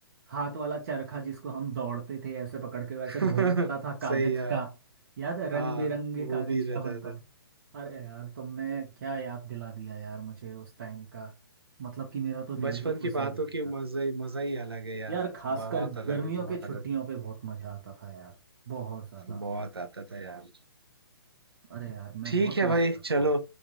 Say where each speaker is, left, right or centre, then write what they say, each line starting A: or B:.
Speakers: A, on the right; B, on the right.
A: हाथ वाला चरखा जिसको हम दौड़ते थे ऐसे पकड़ के वैसे
B: <laughs>
A: घूमता था कागज
B: सही है
A: का याद है रंग
B: हाँ
A: बिरंगे
B: वो
A: कागज
B: भी रहता
A: का बनता
B: था
A: था अरे यार तुमने क्या याद दिला दिया यार मुझे उस टाइम का मतलब कि मेरा तो दिल
B: बचपन
A: ही खुश
B: की बातों
A: हो गया
B: की मजा ही मजा ही अलग है यार
A: यार खासकर
B: बहुत अलग
A: गर्मियों
B: है बहुत
A: के छुट्टियों
B: अलग
A: पे बहुत मजा आता था यार बहुत ज्यादा
B: बहुत आता था यार
A: अरे यार मैं
B: ठीक
A: बहुत
B: है
A: मिस
B: भाई
A: करता
B: चलो
A: हूँ